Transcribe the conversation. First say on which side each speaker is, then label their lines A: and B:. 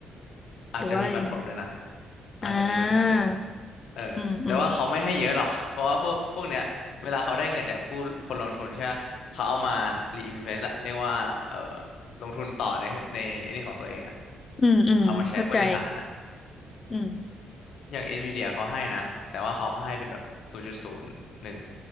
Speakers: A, on the left (about 70°); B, on the left (about 35°).
A: อาจจะมีปันผลด้วยนะ
B: หรือว่ายังไงอ่า
A: อาจจะมีปันผลด้วยนะเออแต่ว่าเขาไม่ให้เยอะหรอก
B: อืมอืม
A: <laughs> เพราะว่าพวกพวกเนี้ยเวลาเขาได้เงินจากผู้คนลงทุนใช่ปะเขาเอามารีอินเวสอะเรียกว่าเออลงทุนต่อในหุ้นในไอ้นี่ของตัวเองอะ
B: อืมอืมเข้าใจ
A: เอามาใช้บริหารอะ
B: อืม
A: อย่างเอ็นวีเดียเขาให้นะแต่ว่าเขาให้เป็นแบบศูนย์จุดศูนย์หนึ่ง